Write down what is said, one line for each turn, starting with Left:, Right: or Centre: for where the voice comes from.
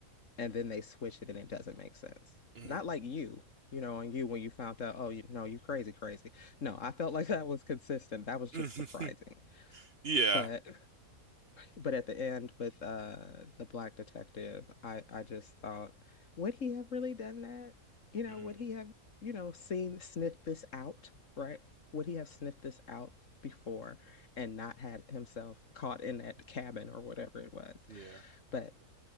Left: and then they switch it and it doesn't make sense.
Right: hmm
Left: Not like you, you know, on you when you found out, oh, you, no, you crazy, crazy. No, I felt like <laughs> that was consistent. That was
Right: <laughs>
Left: just surprising.
Right: Yeah.
Left: But but at the end with uh the black detective, I I just thought, would he have really done that? You know,
Right: hmm
Left: would he have, you know, seen sniffed this out, right? Would he have sniffed this out before and not had himself caught in that cabin or whatever it was?
Right: Yeah.
Left: But